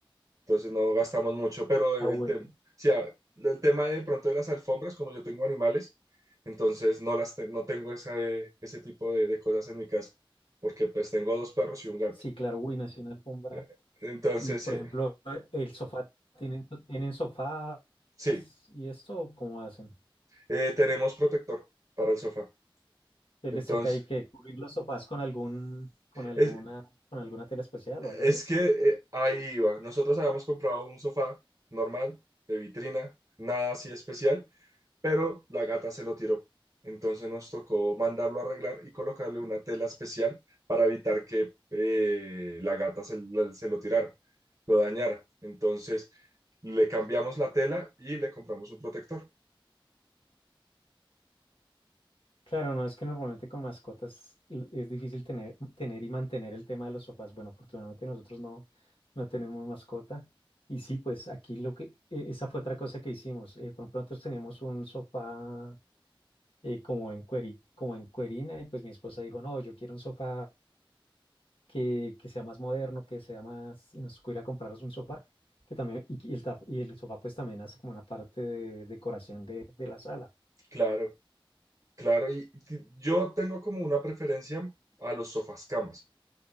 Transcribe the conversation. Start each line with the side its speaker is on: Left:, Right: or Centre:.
Right: Entonces no gastamos mucho, pero el
Left: Ah, bueno.
Right: tema, o sea, el tema de pronto de las alfombras, como yo tengo animales, entonces no las te- no tengo esa, eh, ese tipo de, de cosas en mi casa, porque pues tengo dos perros y un gato.
Left: Sí, claro, uy, nació una alfombra.
Right: Eh, Entonces
Left: Y por
Right: sí.
Left: ejemplo, eh, el sofá, ¿tienen, tienen sofás
Right: Sí,
Left: y esto? ¿Cómo hacen?
Right: Eh, tenemos protector para el sofá.
Left: Eh,
Right: Entonces,
Left: ¿Les toca ahí que cubrir los sofás con algún, con alguna,
Right: es,
Left: con alguna tela especial
Right: es
Left: o algo así?
Right: que eh, ahí iba. Nosotros habíamos comprado un sofá normal, de vitrina, nada así especial, pero la gata se lo tiró. Entonces nos tocó mandarlo a arreglar y colocarle una tela especial para evitar que eh, la gata se, la- se lo tirara, lo dañara. Entonces le cambiamos la tela y le compramos un protector.
Left: Claro, no es que normalmente con mascotas l- es difícil tener, tener y mantener el tema de los sofás. Bueno, afortunadamente nosotros no, no tenemos mascota. Y sí, pues aquí lo que, e- esa fue otra cosa que hicimos. Eh, por ejemplo, nosotros teníamos un sofá eh, como en cueri- como en cuerina y pues mi esposa dijo, no, yo quiero un sofá que, que sea más moderno, que sea más, y nos tocó ir a compraros un sofá, que también, y, y el, taf- y el sofá pues también hace como una parte de decoración de de la sala.
Right: Claro. Claro, y t- yo tengo como una preferencia a los sofás camas,